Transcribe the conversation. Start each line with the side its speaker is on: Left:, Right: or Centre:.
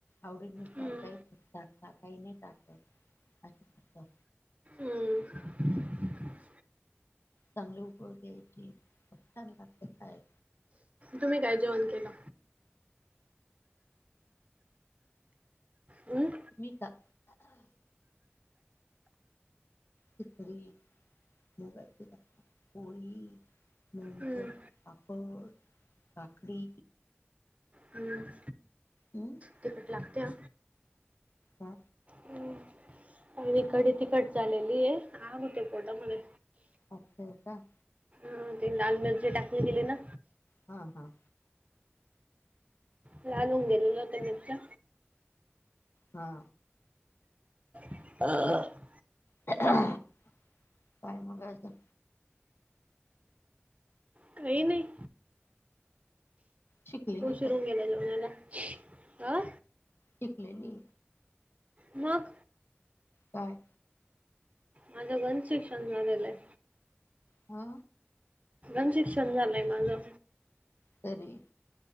Left: आवडीनुसार
Right: हम्म
Left: काही जन टाकतात काही नाही टाकत असत
Right: हम
Left: चांगली उकळून द्यायची खुप छान लागते काय
Right: तुम्ही काय जॉईन केला हम्
Left: मी का खिचडी मुगाची पोळी, लोणच,
Right: हम्म
Left: पापड काकडी
Right: हम
Left: अम
Right: तिकट लागत्या
Left: हा
Right: हम्म ही कडी तिखट झालेलीये आ होते पोटामध्ये
Left: <inaudible> का
Right: हा ते लाल मिरची टाकून गेली ना
Left: हा हा
Right: लालून गेलेल ते मिरच्या
Left: हा
Right: <unintelligible>
Left: काय मगाचं
Right: काही नाही
Left: शिकलेली
Right: उशीर
Left: का
Right: होऊन गेला जेवणाला आ
Left: टिकलेली
Right: मग
Left: काय
Right: माझं <inaudible> शिक्षण झालेलं आहे
Left: आ
Right: <inaudible> शिक्षण झालंय माझं
Left: तरी